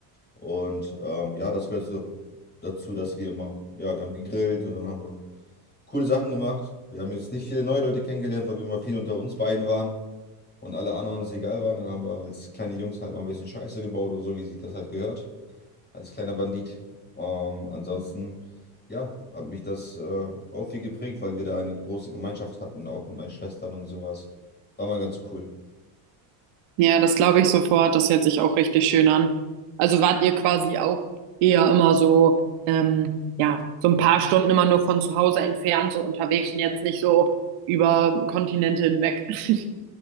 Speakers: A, on the left (about 20°); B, on the right (about 75°).
A: Und ähm, ja, das gehört so dazu, dass wir immer, ja, wir haben gegrillt und dann haben wir coole Sachen gemacht. Wir haben jetzt nicht viele neue Leute kennengelernt, weil wir immer viel unter uns beiden waren und alle anderen uns egal waren. Dann haben wir als kleine Jungs halt mal ein bisschen Scheiße gebaut und so, wie sich das halt gehört, als kleiner Bandit. Ähm, ansonsten, ja, hat mich das äh, auch viel geprägt, weil wir da eine große Gemeinschaft hatten, auch mit meinen Schwestern und sowas. War mal ganz cool.
B: Ja, das glaube ich sofort. Das hört sich auch richtig schön an. Also wart ihr quasi auch eher immer so, ähm, ja, so ein paar Stunden immer nur von zu Hause entfernt, so unterwegs und jetzt nicht so über Kontinente hinweg. <laughs>